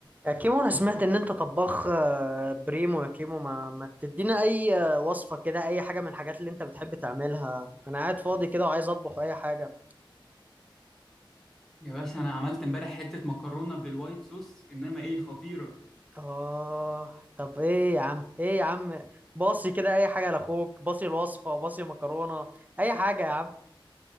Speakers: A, on the right (about 20°); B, in the centre.
A: يا كيمو انا سمعت ان انت طباخ آه، بريمو يا كيمو ما, ما تدينا اي آه، وصفة كده اي حاجة من الحاجات اللي انت بتحب تعملها انا قاعد فاضي كده وعايز اطبخ اي حاجة
B: يا باشا انا عملت امبارح حته مكرونه بالوايت صوص انما ايه خطيره
A: اه طب ايه يا عم ايه يا عم باصي كده اي حاجة لاخوك باصي الوصفة باصي مكرونة اي حاجة يا عم